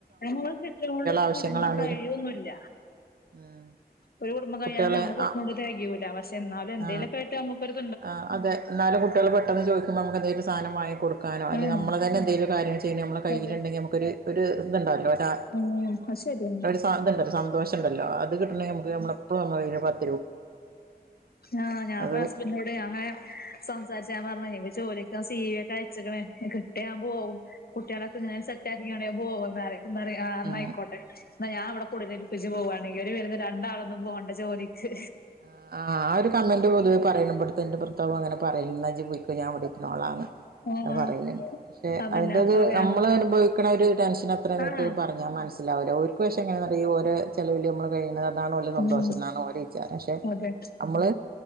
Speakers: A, on the left; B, on the right.
A: ഞമ്മക്കൊന്നും കിട്ടിയോണ്ട് ഒരു
B: ആവശ്യങ്ങളാണേലും
A: കുടുംബം കഴിയൊന്നുല്ല
B: ഉം
A: ഒരു കുടുംബം കഴിയാനൊന്നും
B: കുട്ടികളെ
A: നമ്മക്ക്
B: ആഹ്
A: കിട്ട്ണേനോണ്ട് തികയൂല പക്ഷേ എന്നാലും എന്തേലൊക്കെ
B: ആഹ്
A: ആയിട്ട് നമ്മക്കൊരു
B: ആഹ് അതെ ഇന്നാലും കുട്ടികൾ പെട്ടന്ന് ചോയിക്കുമ്പോ നമ്മക്ക് എന്തേലും ഒരു സാനം വാങ്ങി കൊ കൊടുക്കാനോ അല്ലെ
A: ആഹ്
B: നമ്മെള തന്നെ എന്തെലും കാര്യങ്ങള് ചെയ്യാനോ നമ്മളെ കയ്യില്ണ്ടെങ്ങി
A: അതെ
B: നമ്മക്ക് ഒരു ഒര് ഇതുണ്ടാവല്ലോ ഒരാ
A: ഉം അത് ശെരിയാണ്
B: സാധണ്ടല്ല സന്തോഷണ്ടല്ലോ അത് കിട്ടണമെങ്കിൽ നമ്മക്ക് നമ്മളപ്പളും നമ്മളെ കൈയില് ഒരു പത്
A: ആ ഞാനിപ്പോ
B: അത്
A: ഹസ്ബൻഡോട് അങ്ങനെ- സംസാരിച്ച് ഞാൻ പറഞ് ഇപ്പൊ ജോലിക്ക് പോവാൻ സീ വി യൊക്കെ അയച്ച്ക്ക്ണ് കി ഞാൻ പോവും കുട്ട്യാളെക്കെ ഇങ്ങനെ സെറ്റ്ആക്കിക്കാണ്ട് ഞാൻ പോവുന്ന് അറിം അപ്പം പറയും എന്നാ
B: ആഹ്
A: ആയിക്കോട്ടെ എന്നാ ഞാൻ അവിടെ കൂലൽ <unintelligible> പ്പിച്ച് പോവവാണങ്കിൽ ഒരു വരുന്ന രണ്ടാളൊന്നും പോകേണ്ട ജോലി ശ്
B: ആഹ് ആഹ് ആ ഒരു കമെന്റ് പൊതുവെ പറയ് <unintelligible> ബട്ത്തെ ഇന്റെ ഭർത്താവും അങ്ങനെ ക്കെ <unintelligible> ഇജ് പൊയ്ക്കോ ഞാൻ ഇവടെ ഇരുന്നോളാന്ന്
A: ആഹ്
B: അഹ് പറയിണെ പക്ഷെ
A: അതന്നെ
B: അതിന്റെ ഒരു
A: അതെയാ
B: നമ്മള് അനുഭവി നിക്കണ ഒരു ടെൻഷൻ അത്ര ഇവർക്ക്
A: ആഹ്
B: പറഞ്ഞാ മനസ്സിലാവില്ല ഓർക്ക് പക്ഷേ എങ്ങനെയാന്നറിയോ ഓര് ചെലവില് നമ്മള് കഴിയുന്നത്- ഇതാണ് ഓലെ സന്തോഷം
A: ഉം
B: ഇന്നാണോര് ക്ക പക്ഷെ
A: അതെ
B: നമ്മള്